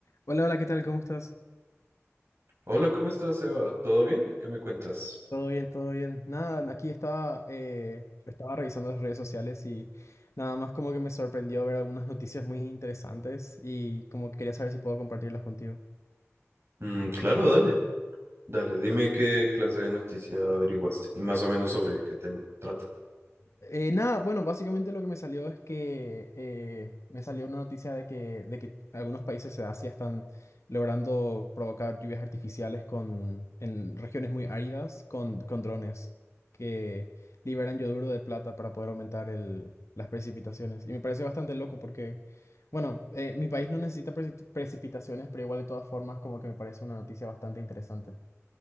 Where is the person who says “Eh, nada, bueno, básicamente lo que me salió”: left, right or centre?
Left